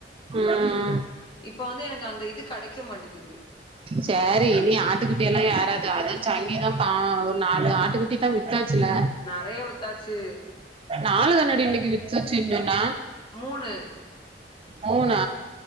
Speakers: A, on the right; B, on the left.
A: ம்
B: இப்ப வந்து எனக்கு அந்த இது கடக்கெ மாட்டிங்குது.
A: சேரி. இனி ஆட்டுக்குட்டி எல்லா ஏறாது. அதா சங்கிதா பா ஒரு நாலு ஆட்டுக்குட்டி தா வித்தாச்சுல்ல.
B: நெறையா வித்தாச்சூ.
A: நாலு தன்னாடி இன்னக்கி வித்துச்சுன்டுனா
B: மூணு
A: மூணா